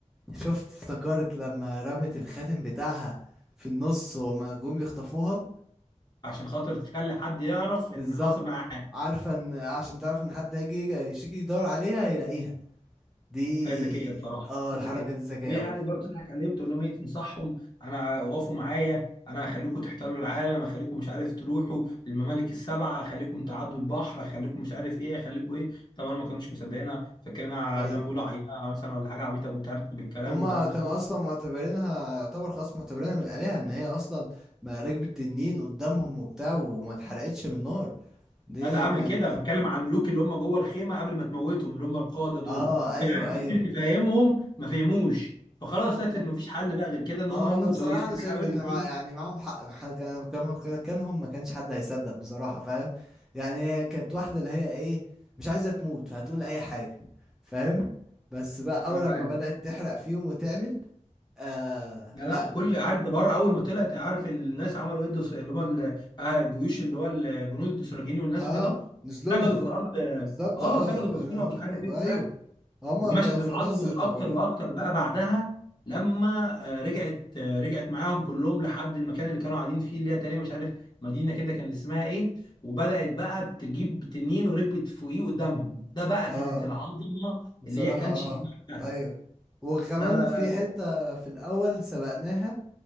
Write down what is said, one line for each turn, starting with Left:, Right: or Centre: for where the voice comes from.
Centre: شفت افتكرت لما رمت الخاتم بتاعها في النص وما جم يخطفوها
Left: عشان خاطر تخلي حد يعرف ان
Centre: بالظبط
Left: حصل معاه حاجه
Centre: عارفة ان عشان تعرف ان حد هيجي يشيك يدور عليها هيلاقيها دي
Left: هي ذكيه بصراحه
Centre: اه
Left: هي
Centre: الحركة
Left: ذكيه
Centre: دي ذكية
Left: وهي
Centre: قوي
Left: قاعده برضه تضحك عليهم تقول لهم ايه تنصحهم انا وقفوا معايا انا هخليكم تحتلوا العالم هخليكم مش عارف تروحوا الممالك السبعه هخليكم تعدوا البحر هخليكم مش عارف ايه هخليكم ايه طبعا ما كانوش مصدقينها فاكرينها
Centre: ايوه
Left: زي ما بيقولوا عيله مثلا ولا حاجه عبيطه بتهرتل بالكلام
Centre: هما
Left: والكلام
Centre: كانوا
Left: ده كله
Centre: اصلا معتبرينها يعتبر خلاص معتبرينها من الآلهة ان هي اصلا ما ركبت تنين قدامهم وبتاع وما اتحرقتش من النار دي
Left: لا ده قبل
Centre: كانت
Left: كده بتكلم على الملوك اللي هم جوه الخيمه قبل ما تموتهم اللي هم القاده دول
Centre: اه ايوه
Left: فعلا
Centre: ايوه
Left: كتير تفهمهم ما فهموش فخلاص
Centre: بالظبط
Left: لقيت ان مفيش حل بقى غير كده ان
Centre: هو
Left: هم يموتوا
Centre: بصراحة
Left: هي دي
Centre: أنا
Left: الحاله
Centre: شايف إن
Left: الوحيده
Centre: مع يعني معاهم حق مح- كان كان- كانهم ما كانش حد هيصدق بصراحة فاهم يعني هي كانت واحدة اللي هي إيه مش عايزة تموت فهتقول أي حاجة فاهم بس بقى
Left: انا
Centre: أول
Left: فاهم
Centre: لما بدأت تحرق فيهم وتعمل آه
Left: لا
Centre: لا
Left: لا كل عارف ده بره اول ما طلعت عارف الناس عملوا ايه الدس- اللي هم ال- آه، الجيوش اللي هو الجنود الدوسراكيين والناس
Centre: آه
Left: وكده
Centre: نزلوا
Left: سجدوا
Centre: لها
Left: في الارض
Centre: بالظبط
Left: اه
Centre: آه,
Left: سجدوا بصوا لها مش عارف
Centre: آه
Left: ايه وبتاع
Centre: أيوه هما
Left: ومشهد
Centre: كانوا خلاص
Left: العظمه
Centre: اعتبروا
Left: الاكتر واكتر بقى بعدها لما آه، رجعت آه، رجعت معاهم كلهم لحد المكان اللي كانوا قاعدين فيه اللي هي تقريبا مش عارف مدينه كده كان اسمها ايه وبدات بقى تجيب تنين وركبت فوقيه قدامهم ده بقى
Centre: آه
Left: كانت العظمه
Centre: بصراحة
Left: اللي هي كانش
Centre: آه
Left: فيه بعدها
Centre: أيوه وكمان
Left: لا لا
Centre: في
Left: لا
Centre: حتة في الأول سبقناها